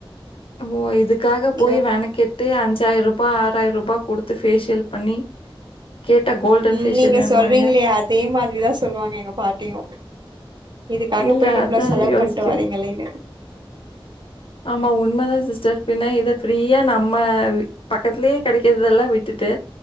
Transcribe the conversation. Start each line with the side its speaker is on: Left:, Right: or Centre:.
Left: ஓ இதுக்காக
Right: நீங்க
Left: போய் வெனக்கெட்டு அஞ்சாய்ரூபா ஆறாயிரரூபா குடுத்து ஃபேஷியல் பண்ணி கேட்டா கோல்டன்
Right: ம்
Left: ஃபேஷியல்
Right: நீங்க சொல்றீங்களே
Left: ன்வாங்க
Right: அதே மாதிரிதா சொல்லுவாங்க எங்க பாட்டியு இதுக்காக
Left: இல்ல
Right: போயிட்டு
Left: அதான்
Right: இவ்ளோ செலவு
Left: யோசிக்கிறேன்.
Right: பண்ட்டு வரிங்களேனு
Left: ஆமா உண்மதா சிஸ்டர் பின்ன இத ஃப்ரீயா நம்ம வீட் பக்கத்லே கெடைக்கிறதெல்லா விட்டுட்டு